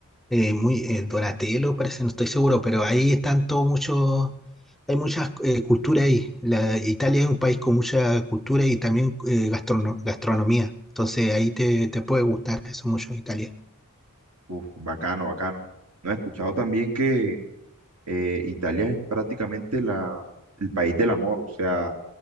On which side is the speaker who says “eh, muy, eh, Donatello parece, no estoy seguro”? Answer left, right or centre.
Centre